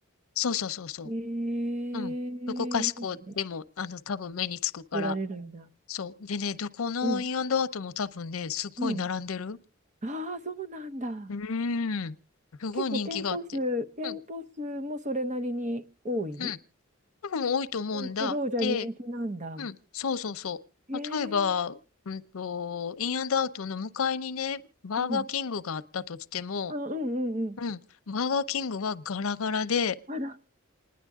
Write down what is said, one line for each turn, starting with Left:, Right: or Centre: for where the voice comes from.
Left: そうそうそうそ
Right: ええいいね。
Left: う。うん。どこかしこでも、あの、多分目につくから。
Right: 食べられるんだ。
Left: そう。でね、どこのインアウトも多分ね、
Right: うん。
Left: すごい並んでる。
Right: うん。ああ、そうなんだ。
Left: うーん。すごい人気があって。
Right: 結構店舗数、店舗数もそれなりに多い
Left: うん、うん。多分多いと思うんだ。
Right: 多いけど、じゃあ人気なんだ。
Left: で、うん、そうそうそう。
Right: へえ。
Left: 例えば、うんと、インアンドアウトの向かいにね、バーガーキングがあったとしても、
Right: うん。あ、うんうんうん。
Left: うん、バーガーキングはガラガラで、
Right: あら。